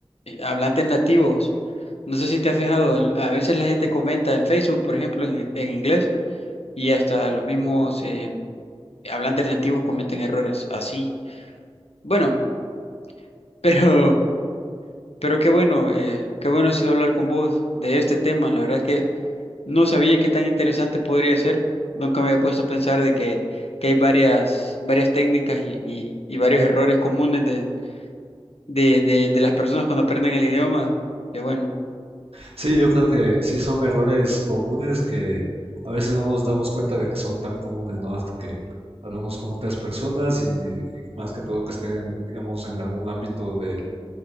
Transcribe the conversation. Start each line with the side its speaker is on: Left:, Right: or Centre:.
Left: eh, hablantes nativos. No sé si te has fijado, en- a veces la gente comenta en Facebook, por ejemplo, en, en inglés y hasta los mismos eh, hablantes nativos cometen errores así. Bueno, <laughs> pero, pero qué bueno, eh, qué bueno ha sido hablar con vos de este tema. La verdad es que No sabía qué tan interesante podría ser. Nunca me había puesto a pensar de que, que hay varias, varias técnicas y, y- y varios errores comunes de, de, de- de las personas cuando aprenden el idioma. Qué bueno.
Right: Sí, yo creo que sí son errores comunes que a veces no nos damos cuenta de que son tan comunes, ¿no? Hasta que hablamos con otras personas y, y más que todo que estén, digamos, en algún ámbito del,